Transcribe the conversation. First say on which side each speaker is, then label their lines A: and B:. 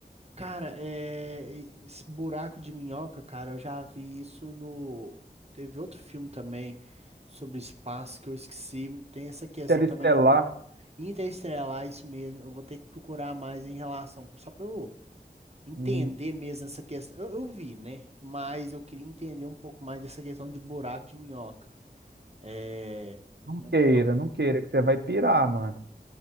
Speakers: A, on the right; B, on the right.
A: Cara, é... esse buraco de minhoca, cara, eu já vi isso no. Teve outro filme também sobre espaço que eu esqueci. Tem essa questão
B: Interestelar,
A: também de bu- interestelar, isso mesmo. Eu vou ter que procurar mais em relação, só pra eu entender
B: e
A: mesmo essa questão. Eu, eu vi, né? Mas eu queria entender um pouco mais dessa questão de buraco de minhoca. é,
B: não
A: Mas
B: queira,
A: não.
B: não queira, que você vai pirar, mano.